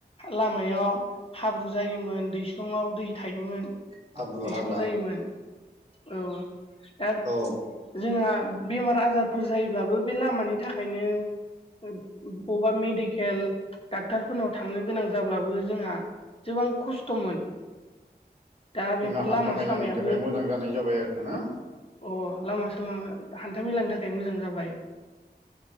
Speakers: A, on the left; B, on the right.
A: लामायाव हाब्रु जायोमोन दैस्लंआव दै थायोमोन।
B: हाब्रु
A: दैस्लं
B: हाला
A: जायोमोन औ दा
B: औ
A: जोंहा बेमार आजारफोर जायोब्लाबो बे लामानि थाखायनो ओ बबबा मेडिकेल डाक्टरफोरनाव थांनो गोनां जाब्लाबो जोंहा जोबां खसथ'मोन। दा बेफोर
B: जोंहा हान्था
A: लामा
B: मेलानि
A: सामायाबो
B: थाखाय मोजां जानाय जाबाय आरो ना
A: अ लामा सामा हानथा मेलानि थाखाय मोजां जाबाय।